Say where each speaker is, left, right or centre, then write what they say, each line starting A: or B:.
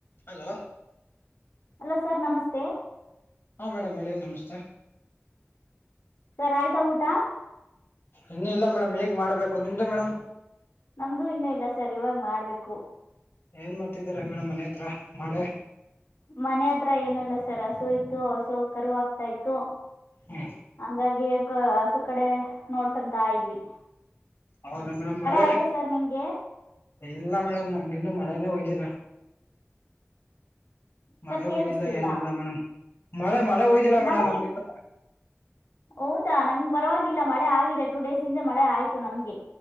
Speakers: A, on the left (about 60°); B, on the left (about 85°).
A: ಹಲೋ
B: ಹಲೋ ಸರ್ ನಮಸ್ತೆ
A: ಹಾ ಮೇಡಮ್ ಹೇಳಿ ನಮಸ್ತೆ
B: ಸರ್ ಆಯ್ತಾ ಊಟ?
A: ಇನ್ನ ಇಲ್ಲ ಮೇಡಮ್ ಹೇಗ್ ಮಾಡ್ಬೇಕು‌. ನಿಮ್ದು ಮೇಡಮ್?
B: ನಮ್ದು ಇನ್ನೂ ಇಲ್ಲ ಸರ್ ಇವಾಗ ಮಾಡ್ಬೇಕು
A: ಏನ್ ಮಾಡ್ತಿದ್ದೀರಾ ಮೇಡಮ್ ಮನೆ ಹತ್ರ ಮಾಡಳೆ
B: ಮನೆ ಹತ್ರ ಏನಲ್ಲ ಸರ್ ಹಸೋ ಇತತ್ತು ಹಸೋ ಕರು ಹಾಕ್ತಾ ಇತ್ತು
A: ಹ್ಮ್
B: ಹಂಗಾಗಿ ಸು ಕಡೆ ನೋಡ್ಕೊಂತ ಇದ ಇದ್ವಿ
A: ಹೌದಾ ಮೇಡಮ್ ಮಳೆ.
B: ಆಯ್ತಾ ಸರ್ ನಿಮ್ಗೆ
A: ಇಲ್ಲ ಮೇಡಮ್ ನಮ್ಗಿನ್ನು ಮಳೆನ ಹತ ಮಳೆ
B: ಸರ್ ಕೇಳಿಸ್ತಿಲ್ಲ
A: ಹುದಿಲ್ಲ ಏನಿಲ್ಲ ಮೇಡಮ್ ಮಳೆ ಮಳೆ ಹಯ್ದಿಲ್ಲ ಮೇಡಮ್
B: ಮಳೆ
A: ನಮ್ಗೆಂತ
B: ಹೌದಾ ನಮ್ಗೆ ಪರವಾಗಿಲ್ಲ ಮಳೆ ಆಗಿದೆ ಟು ಡೇಸ್ ಇಿಂದ ಮಳೆ ಆಯ್ತು ನಮ್ಗೆ.